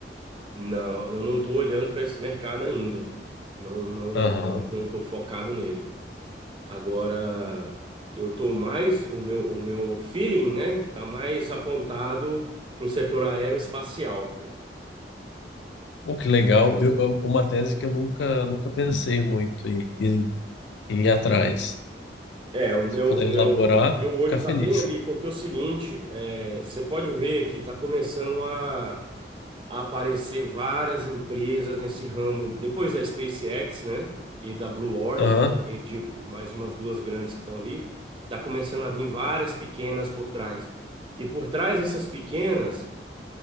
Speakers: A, on the right (about 30°); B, on the left (about 80°).
A: Não, eu não estou olhando para esse mercado ainda. Não, não,
B: Aham.
A: não estou focado nele. Agora, eu estou mais, o meu, o meu feeling, né? Tá mais apontado para o setor aeroespacial, cara.
B: Oh, que legal. Eu, eu- uma tese que eu nunca, nunca pensei muito em, em, em ir atrás.
A: É, o meu,
B: Se puder
A: o meu,
B: elaborar,
A: o
B: eu
A: meu
B: vou
A: olho
B: ficar
A: tá
B: feliz.
A: bem ali, porque é o seguinte, é, você pode ver que tá começando a, a aparecer várias empresas nesse ramo, depois da SpaceX, né, e da Blue Origin,
B: Aham.
A: e de mais umas duas grandes que estão ali, tá começando a vir várias pequenas por trás. E por trás dessas pequenas,